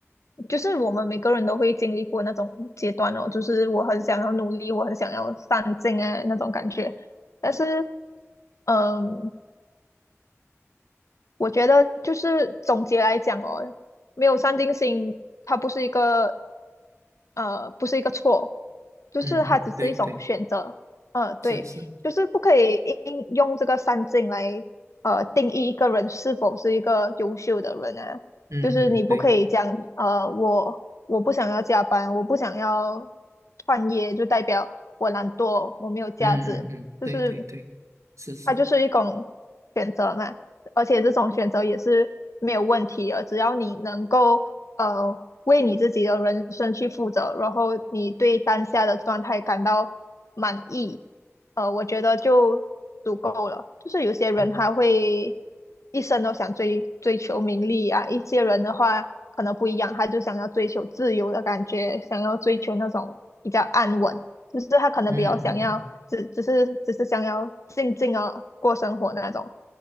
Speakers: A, on the left; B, on the right.
A: 就是我们每个人都会经历过那种阶段哦，就是我很想要努力，我很想要上进啊那种感觉，但是，嗯，我觉得就是总结来讲哦，没有上进心，它不是一个呃，不是一个错，就是它只是一种选择。
B: 嗯嗯，对对，
A: 呃，对，
B: 是是，
A: 就是不可以应用这个三禁来呃定义一个人是否是一个优秀的人啊。
B: 嗯嗯对，
A: 就是你不可以讲呃，我我不想要加班，我不想要创业，就代表我懒惰，我没有价值。
B: 嗯嗯嗯对对对，
A: 就是
B: 是是，
A: 它就是一种选择嘛，而且这种选择也是没有问题的，只要你能够呃为你自己的人生去负责，然后你对当下的状态感到满意，呃，我觉得就足够了。就是有些人他会
B: 嗯
A: 一生都想追追求名利啊，一些人的话可能不一样，他就想要追求自由的感觉，想要追求那种比较安稳。就是他可能比较想要只只是只是想要静静的过生活那种，
B: 嗯嗯